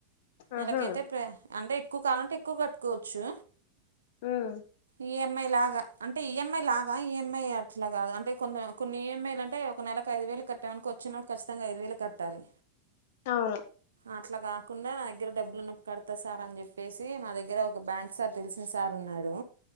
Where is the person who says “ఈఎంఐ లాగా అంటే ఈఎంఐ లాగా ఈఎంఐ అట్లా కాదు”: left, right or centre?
Right